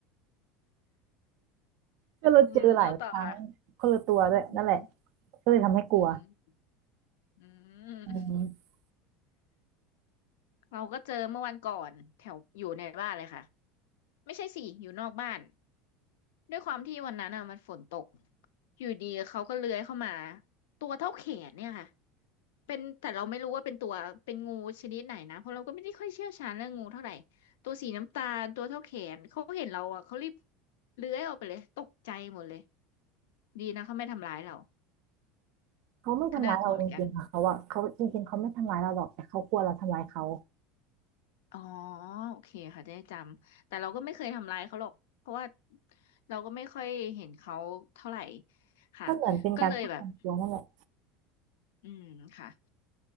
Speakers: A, on the right; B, on the left.
A: ก็เราเจอหลายครั้งคนละตัวด้วยนั่นแหละ
B: อืมแล้วต่อค่ะ อืม
A: ก็เลยทำให้กลัว
B: อืมอืม
A: อืม
B: เราก็เจอเมื่อวันก่อนแถวอยู่ในบ้านเลยค่ะไม่ใช่สิอยู่นอกบ้านด้วยความที่วันนั้นอ่ะมันฝนตกอยู่ดีเขาก็เลื้อยเข้ามาตัวเท่าแขนเนี่ยค่ะเป็นแต่เราไม่รู้ว่าเป็นตัวเป็นงูชนิดไหนนะเพราะเราก็ไม่ได้ค่อยเชี่ยวชาญเรื่องงูเท่าไหร่ตัวสีน้ำตาลตัวเท่าแขนเขาเห็นเราอ่ะเขารีบเลื้อยออกไปเลยตกใจหมดเลยดีนะเขาไม่ทำร้ายเรา
A: เขาไม่ทำร้ายเราจริงๆค่ะเขาอะเขาจริงๆเขาไม่ทำร้ายเราหรอกแต่เขากลัวเราทำร้ายเขา
B: ก็น่ากลัวเหมือนกัน อ๋อโอเคค่ะได้จำแต่เราก็ไม่เคยทำร้ายเขาหรอกเพราะว่าเราก็ไม่ค่อยเห็นเขาเท่าไหร่ค่ะก็เลยแบบ
A: มันเหมือนเป็นการป้องกันตัวนั่นแหละ
B: อืมค่ะ